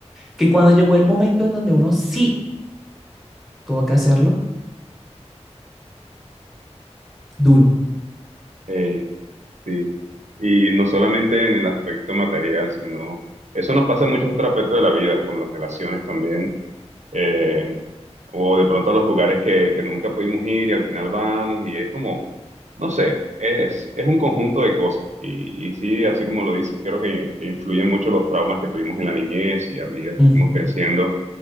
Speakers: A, in the centre; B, on the right.
A: que cuando llegó el momento en donde uno sí tuvo que hacerlo, duro.
B: Ey, sí. Y no solamente en el aspecto material, sino eso nos pasa en muchos otros aspectos de la vida, con las relaciones también, eh, o de pronto a los lugares que, que nunca pudimos ir y al final vamos y es como, no sé, es, es un conjunto de cosas. Y, y sí, así como lo dices, creo que influyen mucho los traumas que tuvimos en la niñez y a medida
A: Ujú,
B: que fuimos creciendo,